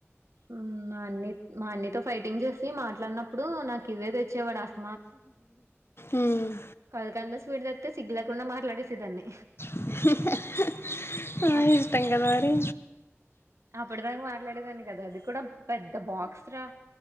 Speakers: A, on the right (about 80°); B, on the left (about 55°).
A: ఉమ్ మా అన్నయ్ మా అన్నయ్తో ఫైటింగ్ చేసి మాట్లాడినప్పుడు నాకు ఇవే తెచ్చేవాడు ఆఫ్
B: ఉమ్
A: కల్కంద స్వీట్ దెత్తే సిగ్గులేకుండా మాట్లాడేసే దాన్ని
B: ఉహ హు హా హా మరి
A: అప్
B: ఇష్టం కదా మరి
A: అప్పుడ్ దాకా మాట్లాడేదాన్నీ కదా అది కూడా పెద్ద బాక్స్ రా